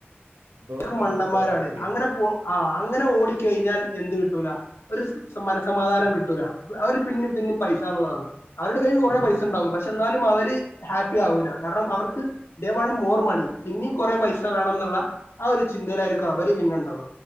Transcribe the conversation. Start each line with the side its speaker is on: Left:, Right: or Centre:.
Right: ബ്രോ
Left: കും
Right: പറഞ്ഞ
Left: മണ്ടന്മാരാണ്
Right: പോയിന്റ്
Left: അങ്ങനെ പോ ആ അങ്ങനെ ഓടിക്കെഴിഞ്ഞാൽ എന്ത് കിട്ടൂല ഒരു മനസമാധാനം കിട്ടൂല അവര് പിന്നിം പിന്നിം പൈസന്നുള്ളതാണ് അവരുടെ കയ്യിൽ കൊറേ പൈസണ്ടാവും പക്ഷെ എന്നാലും അവര് ഹാപ്പി ആവൂല കാരണം അവർക്ക് ദേ വാണ്ട് മോർ മണി പിന്നിം കൊറേ പൈസ വേണംന്ന്ള്ള ആ ഒരു ചിന്തയിലായിരിക്കും അവര് പിന്നെണ്ടാവ